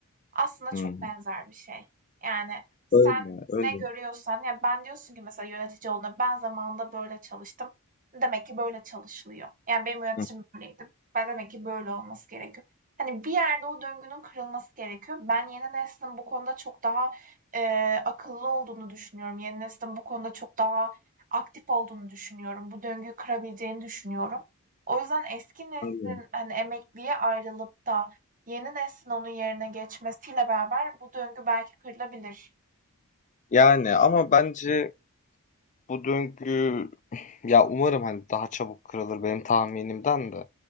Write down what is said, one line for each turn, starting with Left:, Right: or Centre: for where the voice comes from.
Right: Aslında
Left: Hı
Right: çok
Left: hı.
Right: benzer bir şey. Yani, sen
Left: Öyle, öyle.
Right: ne görüyorsan ya, ben diyorsun ki mesela yönetici olduğunda ben zamanında böyle çalıştım. Demek ki böyle çalışılıyor. Yani, benim yöneticim
Left: Hı,
Right: böyleydi. Ben demek ki böyle olması gerekiyor. Hani, bir yerde o döngünün kırılması gerekiyor. Ben yeni neslin bu konuda çok daha, eee, akıllı olduğunu düşünüyorum. Yeni neslin bu konuda çok daha aktif olduğunu düşünüyorum. Bu döngüyü kırabileceğini düşünüyorum. O yüzden eski neslin,
Left: anlıyorum.
Right: hani, emekliye ayrılıp da yeni neslin onun yerine geçmesiyle beraber bu döngü belki kırılabilir.
Left: Yani ama bence bu döngü Ya umarım hani daha çabuk kırılır benim tahminimden de.